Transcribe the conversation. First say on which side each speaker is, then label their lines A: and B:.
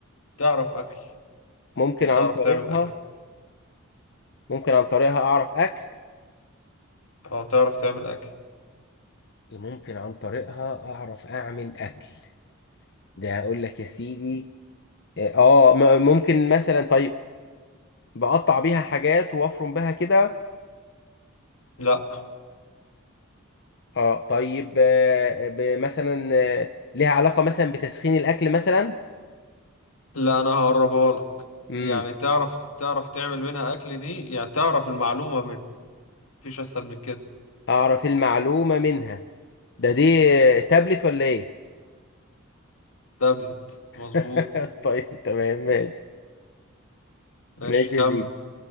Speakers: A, on the left; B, on the left.
A: تعرف أكل
B: <laughs> ممكن عن
A: تعرف
B: طريقها
A: تعمل أكل
B: ممكن عن طريقها أعرف أكل
A: اه تعرف تعمل أكل
B: ممكن عن طريقها أعرف أعمل أكل ده هقول لك يا سيدي اه م- ممكن مثلا طيب بقطع بيها حاجات وافرم بها كده
A: لا
B: اه طيب آه، ب- مثلا آه، ليها علاقة مثلا بتسخين الأكل مثلا
A: لا انا هقربها لك
B: امم
A: يعني تعرف تعرف تعمل منها اكل دي يعني تعرف المعلومة منها مفيش اسهل من كده
B: أعرف المعلومة منها ده دي آه، تابلت ولا إيه؟
A: تابلت مظبوط
B: <laughs> طيب تمام ماشي
A: ماشي
B: ماشي
A: خم
B: يا سيدي